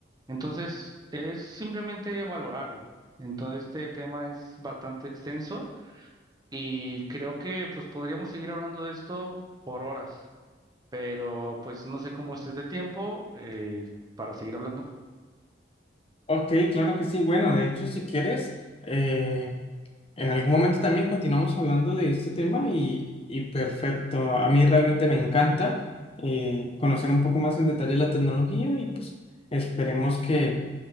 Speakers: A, on the right; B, on the left.
A: Entonces es simplemente valorarlo. Entonces este tema es bastante extenso y creo que pues podríamos seguir hablando de esto por horas, pero pues no sé cómo estés de tiempo eh, para seguir hablando.
B: Ok, claro que sí. Bueno, de hecho, si quieres, eh, en algún momento también continuamos hablando de este tema y, y perfecto. A mí realmente me encanta eh, conocer un poco más en detalle la tecnología y pues esperemos que,